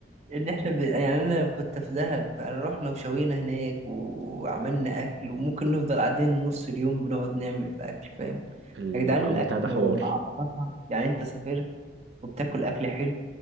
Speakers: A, on the right (about 35°); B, on the right (about 80°).
A: ان احنا ب... يعني انا كنت في دهب يعني رحنا وشوينا هناك وعملنا اكل وممكن نفضل قاعدين نص اليوم بنقعد نعمل في اكل فاهم
B: الحب
A: يا جدعان الاكل
B: بتاع ده حوار
A: مع السفر يعني انت سافرت وبتاكل اكل حلو